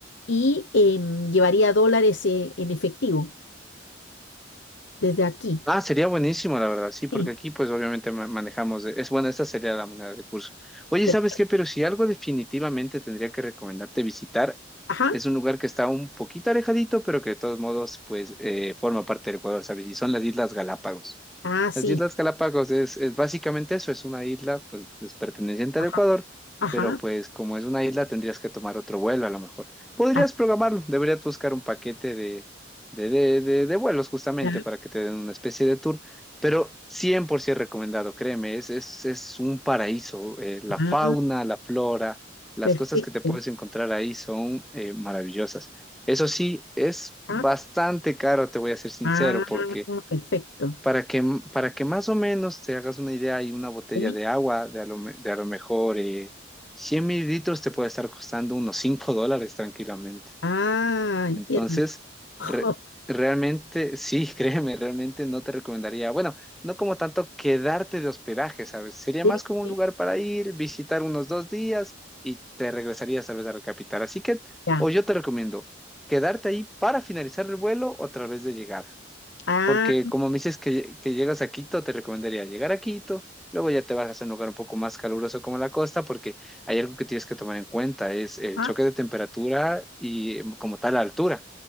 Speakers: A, on the left; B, in the centre.
A: y em, llevaría dólares eh, en efectivo desde aquí.
B: Ah, sería buenísimo, la verdad, sí, porque
A: Sí.
B: aquí pues obviamente ma- manejamos, de- es bueno, esta sería la moneda de curso. Oye,
A: Per-
B: ¿sabes qué? Pero si algo definitivamente tendría que recomendarte visitar,
A: Ajá.
B: es un lugar que está un poquito alejadito, pero que de todos modos pues eh, forma parte del Ecuador, ¿sabes? Y son las Islas Galápagos.
A: Ah, sí.
B: Las Islas Galápagos es, es básicamente eso, es una isla pues, pues, perteneciente
A: Ajá,
B: al Ecuador,
A: ajá.
B: pero pues como es una isla tendrías que tomar otro vuelo a lo mejor. Podrías
A: Ah,
B: programarlo, deberías buscar un paquete de, de, de, de vuelos justamente
A: ya,
B: para que te den una especie de tour, pero 100% recomendado, créeme, es, es, es un paraíso. eh, la
A: ah,
B: fauna, la flora, las
A: perfecto.
B: cosas que te puedes encontrar ahí son eh, maravillosas. Eso sí, es
A: Ah,
B: bastante caro, te voy a ser sincero,
A: ah,
B: porque
A: perfecto.
B: para que, para que más o menos te hagas una idea, hay una botella
A: Sí.
B: de agua de a lo, me- de a lo mejor eh, 100 mililitros te puede estar costando unos 5 dólares tranquilamente.
A: Ah, entiendo.
B: Entonces, re-
A: <laughs>
B: realmente, sí, <laughs> créeme, realmente no te recomendaría, bueno, no como tanto quedarte de hospedaje, ¿sabes? Sería
A: Sí,
B: más como un
A: sí,
B: lugar para ir, visitar unos dos días y te regresarías tal vez a la capital. Así que,
A: ya.
B: o yo te recomiendo quedarte ahí para finalizar el vuelo o tal vez de llegada.
A: Ah,
B: Porque como me dices que, que llegas a Quito, te recomendaría llegar a Quito, luego ya te bajas a un lugar un poco más caluroso como la costa, porque hay algo que tienes que tomar en cuenta, es el
A: ajá,
B: choque de temperatura y em, como tal la altura,